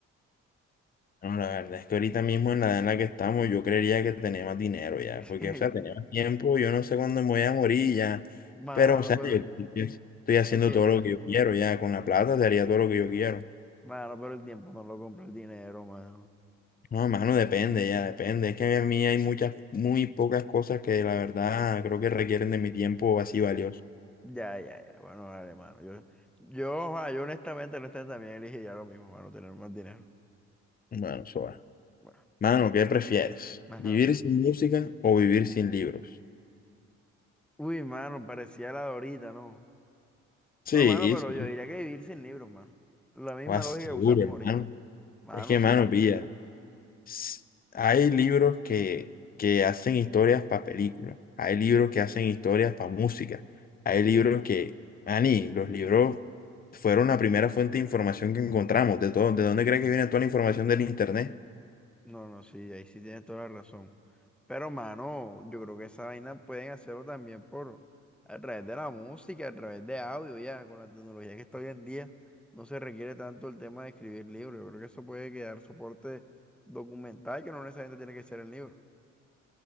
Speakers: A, on the left; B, in the centre.
A: Bueno, la verdad es que ahorita mismo en la edad en la que estamos, yo creería que tenemos dinero ya.
B: <laughs>
A: Porque, o sea, tenemos tiempo, yo no sé cuándo me voy a morir ya.
B: Mano,
A: Pero, o sea,
B: pero
A: yo
B: el,
A: yo estoy estoy haciendo
B: el tiempo,
A: todo lo que yo quiero ya. Con la plata te haría todo lo que yo quiero.
B: mano, pero el tiempo no lo compra el dinero, mano.
A: No, mano, depende ya, depende. Es que a mí hay muchas, muy pocas cosas que la verdad creo que requieren de mi tiempo así valioso.
B: Ya, ya, ya, bueno, vale, mano. Yo, yo, ah, yo honestamente, honestamente también elegiría lo mismo, mano, tener más dinero.
A: Bueno, Soa.
B: Bueno,
A: Mano, ¿qué prefieres?
B: ajá.
A: ¿Vivir sin música o vivir sin libros?
B: Uy, mano, parecía la de ahorita, ¿no?
A: Sí,
B: No, mano, pero
A: sí,
B: yo diría que vivir sin libros, mano. La misma
A: lo aseguro,
B: lógica que usamos
A: hermano.
B: ahorita. Mano,
A: Es que,
B: sí
A: mano,
B: la...
A: pilla, s- hay libros que, que hacen historias para películas, hay libros que hacen historias para música, hay libros que, Ani, los libros fueron la primera fuente de información que encontramos, de todo, ¿de dónde crees que viene toda la información del internet?
B: No, no, sí, ahí sí tienes toda la razón. Pero, mano, yo creo que esa vaina pueden hacerlo también por... A través de la música, a través de audio, ya. Con la tecnología que está hoy en día, no se requiere tanto el tema de escribir libros. Yo creo que eso puede quedar soporte documental que no necesariamente tiene que ser el libro.